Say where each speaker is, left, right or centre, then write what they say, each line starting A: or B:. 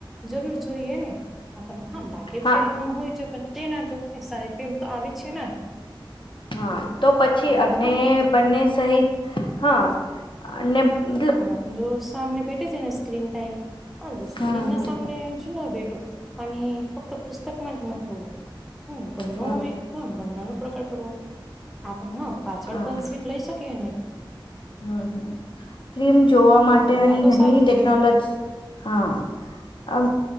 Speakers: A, in the centre; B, on the left (about 70°).
A: જરૂર જોઈએ ને આપ હા બાકી
B: હા
A: ફિલ્મ હોય છે પણ તે ના જોવો ને સારી રતે એમ તો આવે જ છે ને
B: હા તો પછી
A: હા પણ
B: અને
A: હા ફક્ત
B: બંને સહિત હા અને મતલબ
A: હા જો સામને ભેટેે છે ને સ્ક્રીન ટાઈમ પણ સ્ક્રીન
B: હમ
A: ના
B: હમ
A: સામને જ બેઠો અને ફક્ત પુસ્તકમાં જ નખવવું હમ બંનો
B: હમ
A: એક હ બંના ન પ્રકાર કરવો આપણે હ પાછળ
B: હા
A: પણ સીટ લઈ શકીએ ને
B: હમ હમ ફિલ્મ
A: હમ,
B: જોવા
A: હા
B: માટે
A: તો
B: આની
A: હા તો
B: ઘણી
A: સારું જ
B: ટેકનોલોજી
A: છે
B: હા